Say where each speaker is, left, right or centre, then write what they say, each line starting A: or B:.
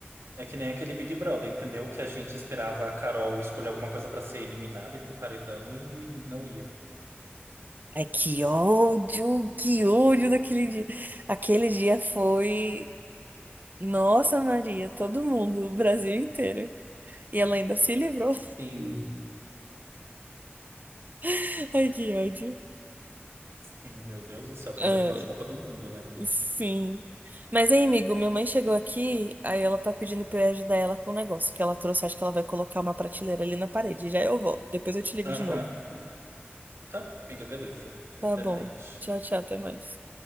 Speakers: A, on the right; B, on the right.
A: é que nem aquele Big Brother, entendeu? Que a gente esperava a Carol escolher alguma coisa pra ser eliminada e pro paredão e não ia.
B: Ai, que ódio, que ódio daquele dia. Aquele dia foi. Nossa, Maria, todo mundo, o Brasil inteiro. E ela ainda se livrou.
A: Sim.
B: <laughs> Ai, que ódio.
A: Sim, meu Deus do céu, parecia
B: Ai,
A: a final de Copa do Mundo, né?
B: sim. Mas, hein, amigo, minha mãe chegou aqui, aí ela tá pedindo pra eu ajudar ela com o negócio que ela trouxe. Acho que ela vai colocar uma prateleira ali na parede. Já eu volto. Depois eu te ligo
A: Aham.
B: de novo.
A: Tá bom, amiga, beleza.
B: Tá
A: Até
B: bom.
A: mais.
B: Tchau, tchau, até mais.